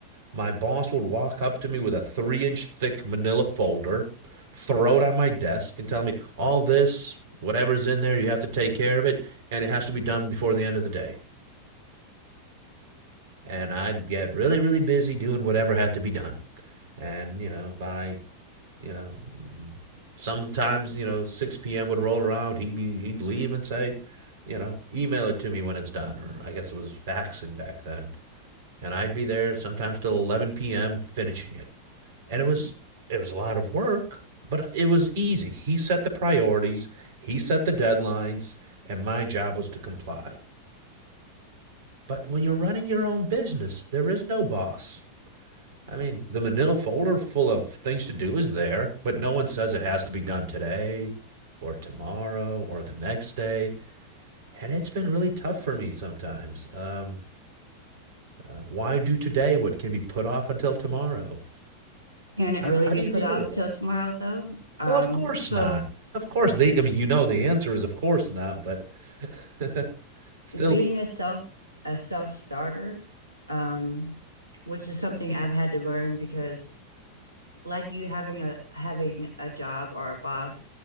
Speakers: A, on the right; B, on the right.
A: My boss would walk up to me with a three inch thick manila folder, throw it on my desk, and tell me, all this, whatever's in there, you have to take care of it, and it has to be done before the end of the day. And I'd get really, really busy doing whatever had to be done. And, you know, by, you know, sometimes, you know, 6 p.m. would roll around, he'd be, he'd leave and say, you know, email it to me when it's done, or I guess it was faxing back then. And I'd be there sometimes till 11 p.m. finishing it. and it was it was a lot of work, but it was easy. He set the priorities, he set the deadlines, and my job was to comply. But when you're running your own business, there is no boss. I mean, the manila folder full of things to do is there, but no one says it has to be done today or tomorrow or the next day. And it's been really tough for me sometimes. Um, uh, why do today what can be put off until tomorrow?
B: Can it
A: How,
B: really
A: how
B: be
A: do you
B: put
A: deal
B: off
A: with that?
B: till tomorrow though? Um,
A: Well, of course
B: so
A: not. Of course they I mean, you know the answer is of course not, but <laughs> still
B: being a self a self starter, um, which is something I've had to learn because like you having a having a job or a boss,